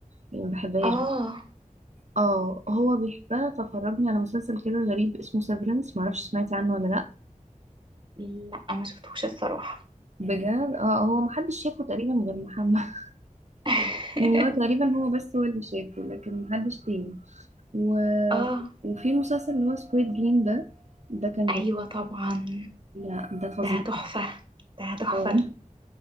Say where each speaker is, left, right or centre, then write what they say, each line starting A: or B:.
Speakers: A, on the right; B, on the right.
A: يعني ما بحبهاش
B: اه
A: اه هو بيحبها ففرجني على مسلسل كده غريب اسمه سيفرنس ما اعرفش سمعتي عنه ولا لا
B: لا ما شفتوش الصراحة
A: بجد اه هو محدش شافه تقريبا غير محمد
B: <laughs>
A: <laughs> يعني هو تقريبا هو بس هو اللي شافه لكن محدش تاني و...
B: اه
A: وفي مسلسل اللي هو سكويد جيم ده ده كان
B: أيوة
A: جميل
B: طبعا
A: لا ده فظيع
B: ده تحفة ده تحفة
A: اه